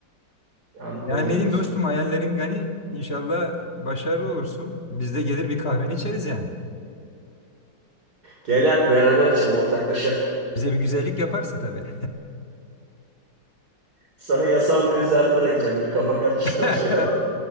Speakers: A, on the right; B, on the left.
A: An-
B: Yani
A: Öyle
B: ne diyeyim
A: dostum.
B: dostum hayallerin gani inşallah başarılı olursun. Biz de gelir bir kahveni içeriz yani.
A: Gel abi beraber açalım ortaklaşa.
B: Bize bir güzellik yaparsın tabii.
A: Sana yasal mevzuatı bırakacağım böyle kafa karıştıran
B: <laughs>
A: şeyler.